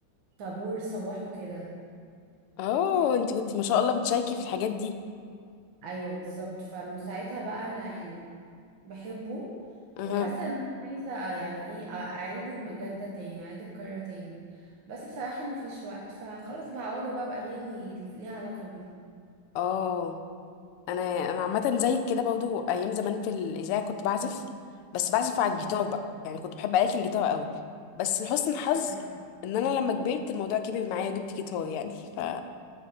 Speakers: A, on the right; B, on the left.
A: طابور صباح وكده
B: اه انت كنت ما شاء الله بتشاركي في الحاجات دي
A: أيوه بالظبط فمن ساعتها بقى أنا يعني بحبه
B: اها
A: وحاسة إن أنا عايزة آه، يعني إيه أ- أعيد المجال ده تاني أعيد الكرة تاني بس بصراحة مفيش وقت فخلاص بعوضه بقى بأغاني اللي ليها علاقة بيه
B: اه انا انا عامه زيك كده برضو ايام زمان في الاذاعه كنت بعزف بس بعزف على
A: مم.
B: الجيتار بقى يعني كنت بحب آلة الجيتار قوي بس لحسن الحظ
A: ايوه
B: ان انا لما كبرت الموضوع كبر معايا وجبت جيتار يعني ف